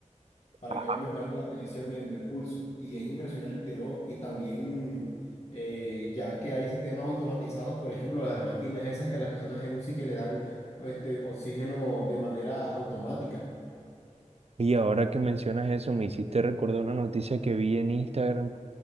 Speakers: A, on the left; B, on the right.
A: para
B: Ah,
A: que haya mejorado la precisión y en el pulso. Y es impresionante, ¿no? Y también... eh, ya que hay sistemas automatizados, por ejemplo, las máquinas esas que a las personas en un que le dan este, oxígeno de manera automática.
B: Y ahora que mencionas eso, me hiciste recordar una noticia que vi en Instagram